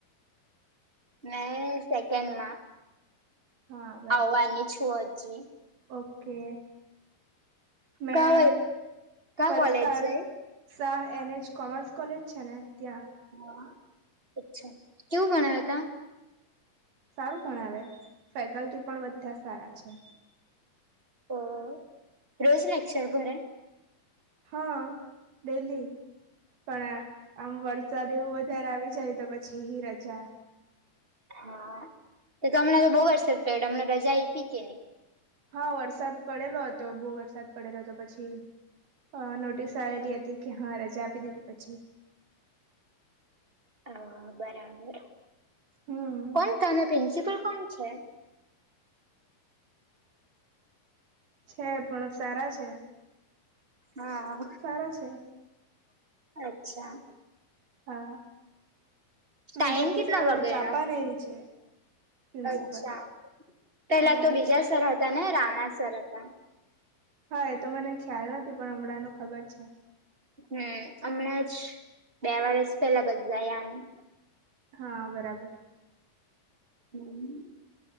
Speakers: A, on the right (about 15°); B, on the right (about 75°).
A: મે સેકન્ડ માં.
B: હા બરાબર
A: આવવાની છું હજી.
B: ઓકે, મેં
A: કા કા
B: પલસાડ.
A: કોલેજ જાય
B: શાહ એનચ કોમર્સ કોલેજ છે ને, ત્યાં.
A: હા અચ્છા કેવું ભણાવે તા?
B: સારું પણ આવે ફેકલ્ટી પણ બધા સારા છે.
A: ઓ રોજ લેક્ચર બરે?
B: હા, ડેલી પણ આમ વરસાદ એવું વધારે આવી જાય તો પછી રજા
A: હા તો તો હમણાં તો બહુ વરસાદ પઈડો તમને રજા આઈપી કે ની.
B: હા વરસાદ પડેલો હતો બહુ વરસાદ પડેલો હતો પછી. અ નોટિસ આવેલી હતી કે હા રજા આપી દીધી પછી.
A: હ બરાબર
B: હમ
A: કોણ તાનો પ્રિન્સિપલ કોણ છે?
B: છે પણ સારા છે.
A: હા.
B: સારા છે.
A: અચ્છા.
B: હા
A: ટાઈમ
B: વિજય
A: કેટલા
B: સર
A: વાગેનો
B: ચાપાનેરી છે. પ્રિન્સિપલ
A: અચ્છા પેલા
B: હા
A: તો બીજા સર હતા ને રાણા સર હતા.
B: હા એ તો મને ખ્યાલ નથી પણ હમણાંનું ખબર છે.
A: હમ્મ હમણાં જ બે વરસ પેલા બદલાયાનું.
B: હા, બરાબર.
A: હમ્મ.